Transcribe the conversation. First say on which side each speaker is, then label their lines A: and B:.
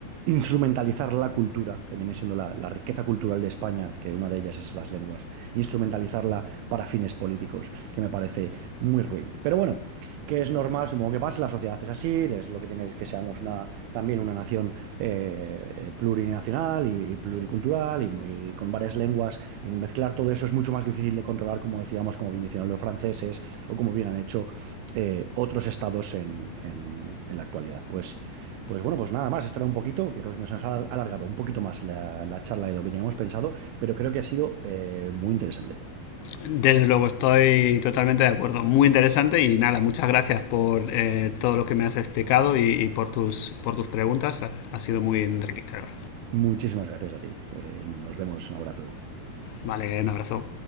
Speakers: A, on the right; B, on the left.
A: instrumentalizar la cultura, que viene siendo la la riqueza cultural de España España, que una de ellas es las lenguas, instrumentalizarla para fines políticos, que me parece muy ruin. Pero bueno, que es normal, supongo que pasa, la sociedad es así, es lo que tiene es que seamos una, también una nación eh, eh, plurinacional y, y pluricultural y, y con varias lenguas. En mezclar todo eso es mucho más difícil de controlar, como decíamos, como bien decían los franceses o como bien han hecho eh, otros estados en, en- en la actualidad. Pues, pues bueno, pues nada más, esto era un poquito, creo que nos ha alargado un poquito más la, la charla de lo que teníamos pensado, pero creo que ha sido eh, muy interesante.
B: Desde luego, estoy totalmente de acuerdo. Muy interesante y nada, muchas gracias por eh, todo lo que me has explicado y, y por, tus, por tus preguntas. Ha, ha sido muy enriquecedor.
A: Muchísimas gracias a ti. Eh, nos vemos. Un abrazo.
B: Vale, un abrazo.